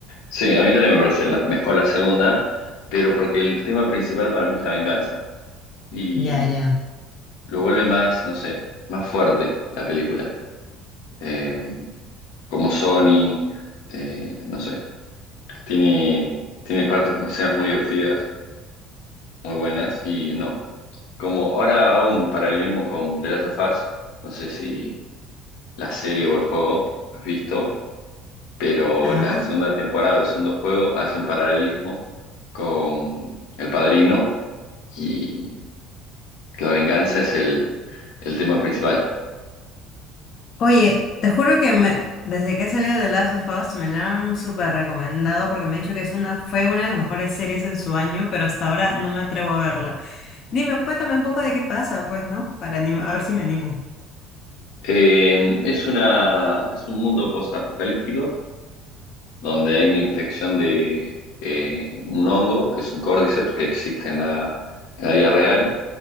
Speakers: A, on the left; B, on the left.
A: Sí, a mí también me parece la- mejor la segunda, pero porque el tema principal para mí es la venganza y
B: Ya, ya.
A: lo vuelve más, no sé, más fuerte la película. Eh, como Sony, eh, no sé, tiene, tiene partes, muy- escenas muy divertidas, muy buenas y no. Como ahora hago un paralelismo con The Last of Us, no sé si la serie o el juego has visto, pero
B: Ajá.
A: la segunda temporada del segundo juego hace un paralelismo con El Padrino y que la venganza es el, el tema principal.
B: Oye, te juro que me, desde que ha salido The Last of Us me la han súper recomendado porque me han dicho que es una, fue una de las mejores series en su año, pero hasta ahora no me atrevo a verla. Dime, cuéntame un poco de qué pasa, pues, ¿no? Para anima- a ver si me animo.
A: Eh, es una, es un mundo post-apocalíptico donde hay una infección de eh, un hongo, que es un córdiceps, que existe en la, en la vida real,